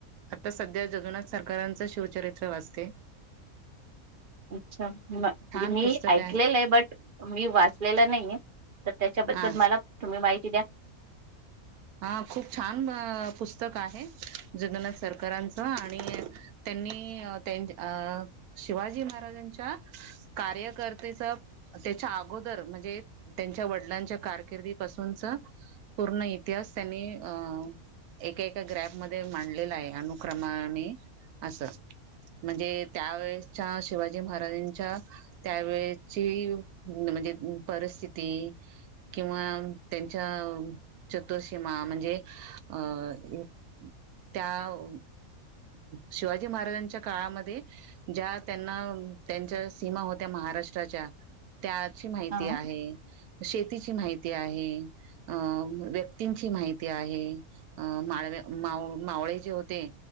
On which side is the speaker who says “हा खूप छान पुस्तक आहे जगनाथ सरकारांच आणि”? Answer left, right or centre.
Right